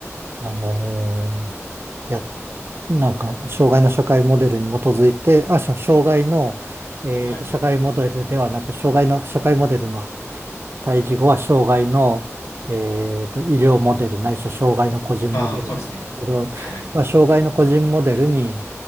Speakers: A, on the right; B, on the left.
A: あの、や、なんか、障害の社会モデルに基づいて、あ、しょ障害の、えっと、
B: はい。
A: 社会モデルではなく、障害の社会モデルの対義語は障害の、えーと、医療モデルないしは障害の個人モデルけど、
B: ああ、そうですね。はいはい。
A: まあ、障害の個人モデルに